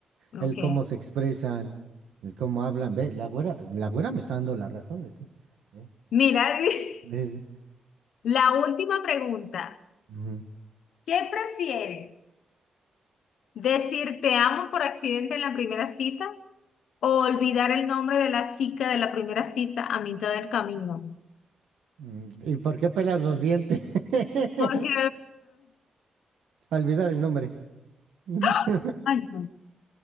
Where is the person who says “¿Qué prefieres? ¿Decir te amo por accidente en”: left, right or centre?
Left